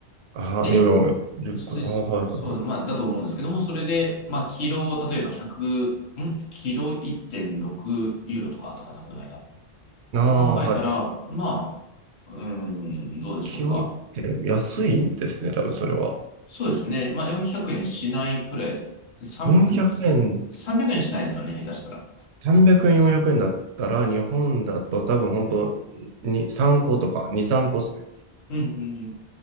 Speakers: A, on the right; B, on the left.
A: ああ、
B: で、
A: いやいや、10個。
B: そ
A: ああ、はいはいはい。
B: そう、まあ、だと思うんですけども、それで、まあ、キロ、例えば100、んキロ1.6ユーロとかあったかな、この間。
A: ああいやいや個ああはい。
B: で考えたら、まあ、うーん、どうでしょうか。
A: キロいって安いんですね、多分それは。
B: そうですね。まあ、400円しないくらい、3、
A: 400円
B: ん ?300 円しないですよね、下手したら。
A: 300円、400円だったら、日本だと多分本当に3個とか、2、3個ですね。
B: うんうんうん。